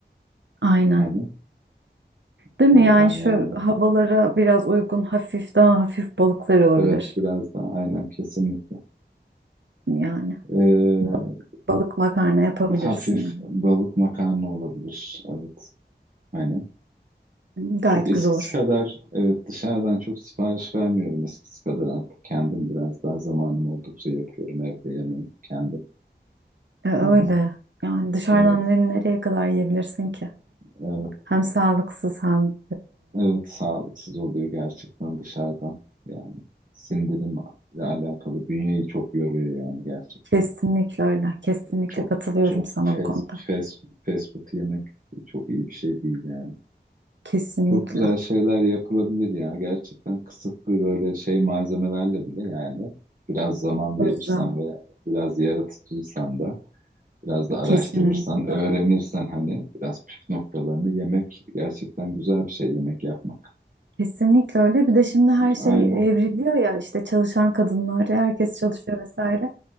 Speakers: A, on the right; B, on the right.
A: aynen.
B: Hani
A: Değil
B: Oradan
A: mi? Yani şu
B: yani
A: havalara biraz uygun hafif daha hafif balıklar olabilir.
B: Evet biraz daha aynen kesinlikle.
A: Yani
B: Ee,
A: ba- balık makarna yapabilirsin
B: hafif
A: yani.
B: balık makarna olabilir. Evet hani
A: Gayet
B: çok eskisi
A: güzel olur.
B: kadar evet dışarıdan çok sipariş vermiyorum eskisi kadar artık kendim biraz daha zamanım oldukça yapıyorum evde yemeği kendim
A: E, öyle.
B: yani.
A: Yani dışarıdan
B: Evet
A: ne- nereye kadar yiyebilirsin ki?
B: evet
A: Hem sağlıksız hem
B: evet sağlıksız oluyor gerçekten dışarıdan yani sindirimle alakalı bünyeyi çok yoruyor yani gerçekten.
A: Kesinlikle öyle. Kesinlikle
B: Çok
A: katılıyorum
B: çok
A: sana
B: fast,
A: bu konuda.
B: fast, fast food yemek çok iyi bir şey değil yani.
A: Kesinlikle.
B: Çok güzel şeyler yapılabilir ya. Gerçekten kısıtlı böyle şey malzemelerle bile yani biraz zaman verirsen
A: Özlem.
B: ve biraz yaratıcıysan da biraz da araştırırsan,
A: Kesinlikle.
B: öğrenirsen hani biraz püf noktalarını yemek gerçekten güzel bir şey yemek yapmak.
A: Kesinlikle öyle. Bir de şimdi her şey
B: Aynen.
A: evriliyor ya işte çalışan kadınlar, herkes çalışıyor vesaire.